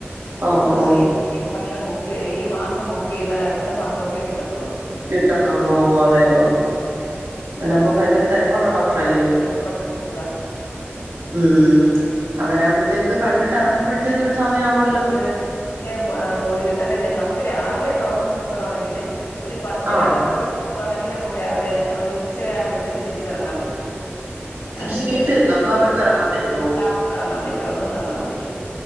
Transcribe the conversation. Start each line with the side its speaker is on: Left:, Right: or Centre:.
Right: ഓ
Left: നമ്മൾ
Right: ഓ
Left: ഈ ഈ വർഷം ബുക്ക് ഈ മാസം ബുക്ക് ചെയ്താൽ അടുത്ത മാസമൊക്കെ കിട്ടത്തുള്ളൂ.
Right: കിട്ടത്തുള്ളൂ അതെയോ
Left: ആ, ഉം.
Right: അതിനുപ്പ ഭയങ്കര തെര ള്ള ഡോക്ടറ അല്ലേ
Left: തിരക്കുള്ള ഡോക്ടറാ.
Right: ഉം അങ്ങനെകുമ്പോഴത്തേക്ക് കണ്ടിട്ടിറങ്ങുമ്പോഴത്തേക്ക് ഒരു സമയ ആവു
Left: ഒര് <unintelligible> നമുക്ക് രാവിലെ ടോക്കൺ കിട്ടുവാണെങ്കില് ഒരു പത്തിനകത്തൊക്കെ
Right: ആഹ്
Left: കിട്ടുവാണെങ്കില് നമുക്ക് രാവിലെ ഒരു ഉച്ചയാകുമ്പോഴത്തേക്ക് തിരിച്ചെറങ്ങാൻ പറ്റും.
Right: തിരിച്ച്
Left: അതിന്
Right: വീട്ടിൽ
Left: ശേഷമാണെങ്കിൽ
Right: എത്തോ അതോ അവിടുന്ന് ഇറങ്ങാൻ പറ്റുവോ
Left: അവിടന്ന് ഇറങ്ങാൻ പറ്റും അവിടന്ന് ഇറങ്ങാൻ പറ്റും.